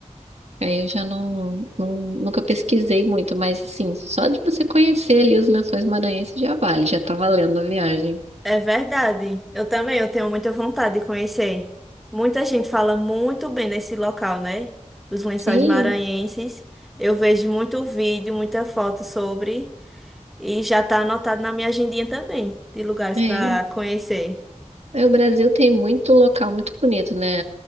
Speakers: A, on the right; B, in the centre.
A: Aí eu já não, não- nunca pesquisei muito, mas assim, só de você conhecer ali os Lençóis Maranhenses já vale, já tá valendo a viagem.
B: é verdade. Eu também, eu tenho muita vontade de conhecer. Muita gente fala muito bem desse local, né? Os Lençóis
A: Sim.
B: Maranhenses. Eu vejo muito vídeo, muita foto sobre e já tá anotado na minha agendinha também de lugares
A: É.
B: para conhecer.
A: É, O Brasil tem muito local muito bonito, né?